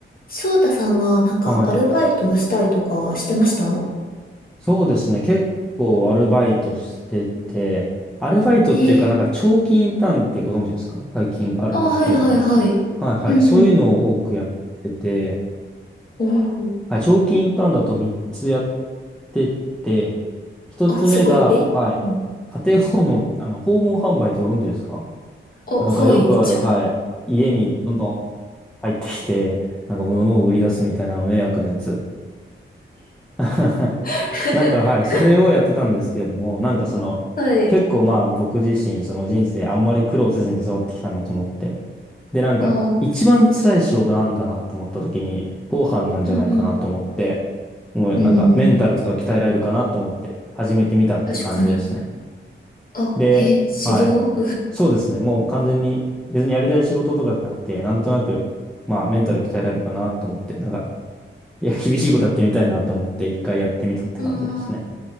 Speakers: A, on the left (about 45°); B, in the centre.
A: 翔太さんはなんかアルバイトをしたりとかしてました
B: はい。そうですね。結構アルバイトしてて、アルバイトっていうかなんか長期インターンってご存知ですか最近あるんですけれども。
A: ええあ、はいはいはい。
B: はいはい。
A: うん
B: そういうのを多くやってて、
A: うん。おお。
B: はい、長期インターンだと3つやってて、1つ目が、
A: あ、すごい。えうん。
B: はい、家庭訪問、あの、訪問販売ってご存知ですか
A: あ、はい、
B: なんかよくある、
A: 一応。
B: はい、家にどんどん入ってきて、なんか物を売り出すみたいなの迷惑なやつ。<laughs>
A: <laughs>
B: なんかはい、それをやってたんですけれども、なんかその、
A: はい。
B: 結構まあ僕自身、その人生あんまり苦労せずに育ってきたなと思って。で、なんか、
A: あー、
B: 一番辛い仕事何かなと思った時に、後半なんじゃないかなと思って、
A: うんうん。
B: もうなんかメンタルとか鍛えられるかなと思って始めてみたっていう感じですね。
A: うんうん、確かに。あ、
B: で、
A: へえ、修行
B: はい。そうですね。もう完全に別にやりたい仕事とかじゃなくて、なんとなく、まあメンタル鍛えられるかなと思って、なんか、いや、厳しいことやってみたいなと思って一回やってみたって感じですね。
A: うん <laughs> あ